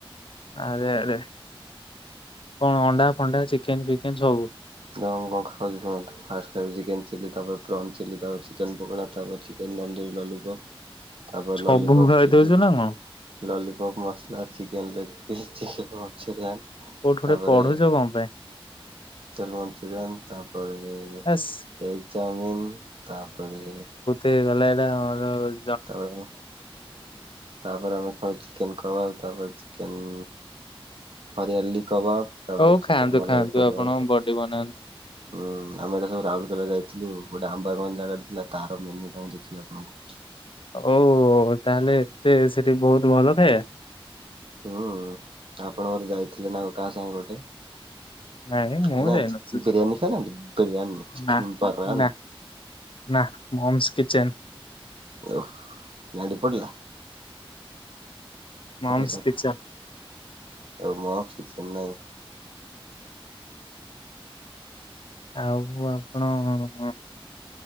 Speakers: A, on the left; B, on the right.
A: ଆରେ ଆରେ କଣ ଅଣ୍ଡା ଫଣ୍ଡା ଚିକେନ ଫିକେନ ସବୁ
B: ଆଉ କଣ ଖାଉଛି ଶୁୁଣନ୍ତୁ ଫାଷ୍ଟ ଖାଉଛି ଚିକେନ ଚିଲି ତାପରେ ପ୍ରନ ଚିଲି ତାପରେ ଚିକେନ ପକୋଡା ତାପରେ ଚିକେନ ତନ୍ଦୁରୀ ଲଲିପପ୍। ତାପରେ
A: ସବୁ
B: ଲଲିପପ୍
A: ଖାଇଦଉଛ
B: ଚିଲି
A: ନା କଣ?
B: Lollipop masala chicken leg piece chicken Manchurian.
A: କୋଉଠୁ
B: ତାପରେ
A: ଗୋଟେ ପଢୁଛ କଣ ପାଇଁ?
B: ମଞ୍ଚୁରିୟାନ୍ ତାପରେ
A: ଆସ୍
B: ଏଗ୍ ଚାଉମିନ ତାପରେ
A: ହେଇଗଲେ ଏଟା
B: ତାପରେ ତାପରେ ଆମେ ଖାଉ ଚିକେନ କବାବ୍ ତାପରେ ଚିକେନ। ହରିଆଲି। କବାବ୍ ତାପରେ
A: ହଉ ଖାଆନ୍ତୁ
B: ଚିକେନ ମଲାୟି
A: ଖାଆନ୍ତୁ
B: କବାବ୍
A: ଆପଣଙ୍କ
B: ଆମେ
A: ବଡି ବନାନ୍ତୁ।
B: ଏଇଟା ସବୁ ରାଉରକେଲା ଯାଇଥିଲୁ ଗୋଟେ ଆମ୍ବାଗନ ଜାଗା ଥିଲା ତାର ମେନୁ ଟା ଦେଖି ଆପଣଙ୍କୁ କହୁଛି।
A: ଓ ତାହେଲେ ଏତେ ସେଠି ବହୁତ ଭଲ ଥାଏ।
B: ହୁଁ ଆପଣ ବୋଧେ ଯାଇଥିଲେ ନା କାହା ସାଙ୍ଗେ ଗୋଟେ
A: ନାଇଁ ମୁଁ
B: ଖାଇନାହାନ୍ତି?
A: ଯାଇନଥିଲି
B: ବିରିୟାନୀ ଖାଇନାହାନ୍ତି ବିରିୟାନୀ ଚିକେନ
A: ନା
B: ବରାନ
A: ନା ନା। କିଚେନ୍।
B: ଓ ଗାଣ୍ଡି ପୋଡିଲା।
A: Mom's
B: sorry
A: kitchen.
B: ଓ ମମସ୍ କିଚେନ ନାଇଁ।
A: ଆଉ। ଣ ହଁ ହଁ।